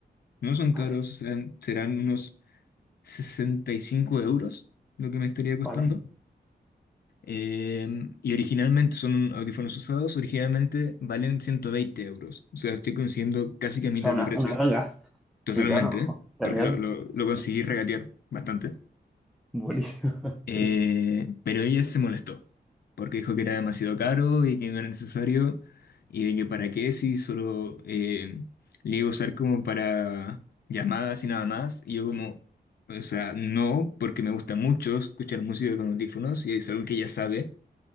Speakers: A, on the left; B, in the centre.
A: No son caros,
B: Vale,
A: serán, serán unos 65 euros lo que me estaría
B: vale.
A: costando. Eh, y originalmente son audífonos usados, originalmente valen 120 euros. O sea, estoy consiguiendo casi que a mitad
B: O sea, una,
A: de precio,
B: una ganga.
A: totalmente,
B: Sí, claro. jo,
A: ¿eh?
B: Genial.
A: porque lo, lo, lo conseguí regatear bastante.
B: Buenísimo.
A: Eh,
B: <laughs> Qué-
A: pero ella se molestó porque dijo que era demasiado caro y que no era necesario y de que para qué si solo eh, le iba a usar como para llamadas y nada más. Y yo como, o sea, no, porque me gusta mucho escuchar música con audífonos y es algo que ella sabe.